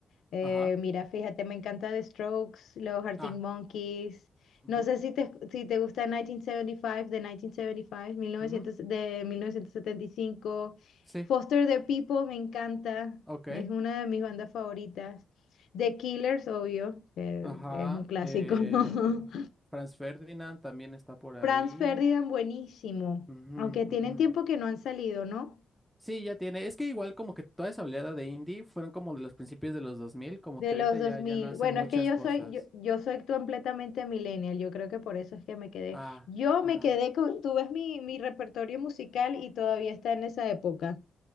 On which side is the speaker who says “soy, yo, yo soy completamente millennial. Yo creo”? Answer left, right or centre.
Left